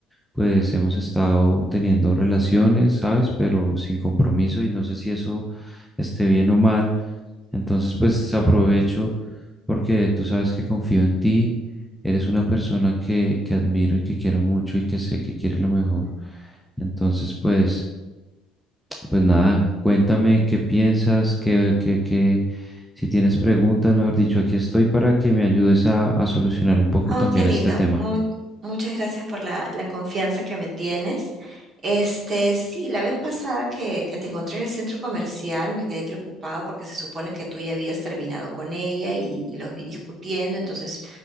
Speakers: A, in the centre; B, on the right (about 35°).
A: pues hemos estado teniendo relaciones, ¿sabes? Pero sin compromiso y no sé si eso esté bien o mal. Entonces pues aprovecho porque tú sabes que confío en ti. Eres una persona que, que admiro y que quiero mucho y que sé que quiere lo mejor. Entonces, pues, pues nada, cuéntame qué piensas, qué, qué, qué- si tienes preguntas, mejor dicho, aquí estoy para que me ayudes a, a solucionar un poco
B: Oh,
A: también
B: qué lindo.
A: este tema.
B: Mu- muchas gracias por la, la confianza que me tienes. Este, sí, la vez pasada que, que te encontré en el centro comercial me quedé preocupado porque se supone que tú ya habías terminado con ella y, y los vi discutiendo, entonces